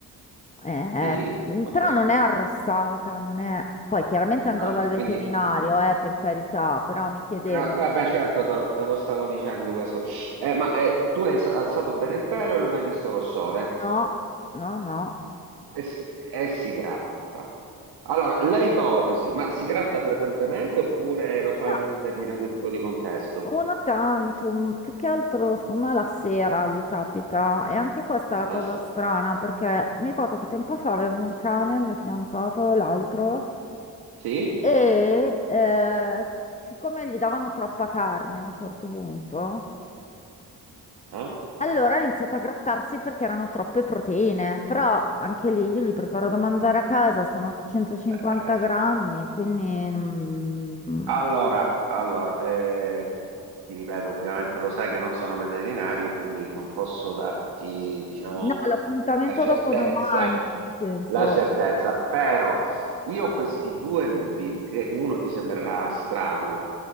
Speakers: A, on the left (about 20°); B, on the right (about 80°).
A: Eh,
B: Sì,
A: mm,
B: ok.
A: però non è arrossata, non è... Poi chiaramente andrò
B: Ah,
A: dal veterinario,
B: quindi...
A: eh, per carità, però mi chiedevo,
B: No, no, vabbè, certo, te lo, te lo stavo dicendo questo. Eh, ma eh, tu hai s- alzato bene il pelo e non hai visto rossore?
A: no, no, no.
B: E, s- e si gratta. Allora, le ipotesi, ma si gratta frequentemente oppure lo fa
A: No,
B: in un determinato tipo di contesto?
A: Una tantum, più che altro, secondo me la sera gli capita. E anche questa è la cosa
B: La sera.
A: strana, perché mi ricordo che tempo fa avevo un cane, il mio fidanzato, l'altro,
B: Sì?
A: e eh, siccome gli davano troppa carne a un certo punto,
B: No?
A: allora ha iniziato a grattarsi perché erano troppe proteine. Però anche lì io gli preparo da mangiare a casa, sono 150
B: Eh,
A: grammi, quindi... mm,
B: Allora, allora, eh, ti ripeto, ovviamente lo sai che non sono veterinario, quindi non posso darti, diciamo,
A: No, l'appuntamento
B: la certezza,
A: dopo domani, nel senso...
B: la certezza, però io ho questi due dubbi, che uno ti sembrerà strano.